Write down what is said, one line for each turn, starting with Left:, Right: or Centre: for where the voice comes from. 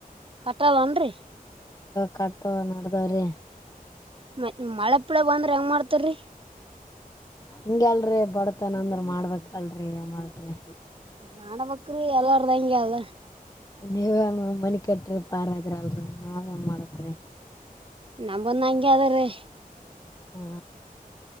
Right: ಕಟ್ಟಲ್ಲನ್ರಿ
Left: ಕಟ್ಟ ನೋಡದವ್ರೀ
Right: ಮ ಮಳೆ ಪೀಳ ಬಂದ್ರ ಹೆಂಗ್ ಮಾಡ್ತಾರಿ
Left: ಹಿಂಗ ಅಲ್ರರಿ ಬಡತನಂದ್ರ ಮಾಡ್ಬೇಕಲ್ರಿ ಯ ಮಾಡತ್ರಿ
Right: ನಾಡ ಬಕ್ರೀ ಎಲ್ಲಾರ್ದಂಂಗಗೆ ಅದ
Left: ನೀವ ಮನಿ ಕಟ್ರಿ ಪಾರದ್ರ ಅಲ್ರಿ ನಾವೇನ್ ಮಾಡಕ್ರೀ
Right: ನಮಂದ ಹಂಗೆ ಅದ ರೀ
Left: ಹ್ಮ